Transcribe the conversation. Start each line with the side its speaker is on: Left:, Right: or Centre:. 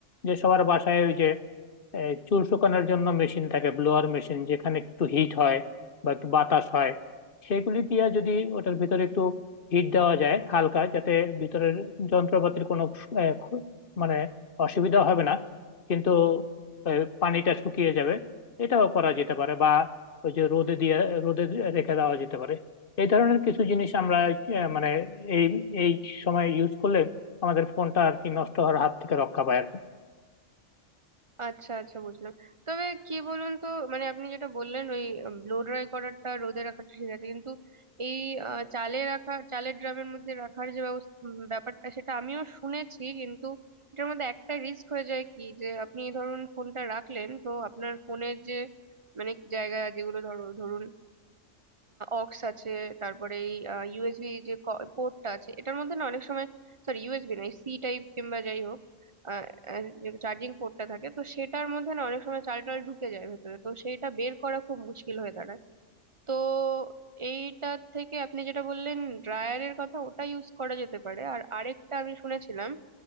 Left: যে সবার বাসায় ওই যে এই চুল শুকানোর জন্য মেশিন থাকে ব্লোয়ার মেশিন যেখানে একটু হিট হয় বা একটু বাতাস হয় সেগুলি দিয়ে যদি ওটার ভিতরে একটু হিট দেওয়া যায় হালকা যাতে ভিতরের যন্ত্রপাতির কোনো আহ, খ- মানে অসুবিধা হবে না কিন্তু আহ, পানিটা শুকিয়ে যাবে এটাও করা যেতে পারে বা ওই যে রোদে দিয়ে রোদে রেখে দেওয়া যেতে পারে এই ধরনের কিছু জিনিস আমরা আহ, মানে এই এই সময় ইউজ করলে আমাদের ফোনটা আর কি নষ্ট হওয়ার হাত থেকে রক্ষা পায় আর কি
Right: আচ্ছা আচ্ছা বুঝলাম তবে কি বলুন তো মানে আপনি যেটা বললেন ওই ব্লো ড্রাই করাটা রোদে রাখাটা ঠিক আছে কিন্তু এই আহ, চালে রাখা চালের ড্রামের মধ্যে রাখার যে ব্যবস- উম, ব্যাপারটা সেটা আমিও শুনেছি কিন্তু এটার মধ্যে একটা রিস্ক হয়ে যায় কি যে আপনি ধরুন ফোনটা রাখলেন তো আপনার ফোনের যে মানে জায়গা যেগুলো ধরো ধরুন অক্স আছে তারপরে এই ইউএসবি যে পোর্টটা আছে এটার মধ্যে না অনেক সময় সরি ইউএসবি নয় সি টাইপ কিংবা যাই হোক আহ, আহ, যে চার্জিং পোর্টটা থাকে তো সেটার মধ্যে না অনেক সময় চাল টাল ঢুকে যায় ভেতরে তো সেইটা বের করা খুব মুশকিল হয়ে দাঁড়ায় তো এইটার থেকে আপনি যেটা বললেন ড্রায়ারের কথা ওটা ইউজ করা যেতে পারে আর আরেকটা আমি শুনেছিলাম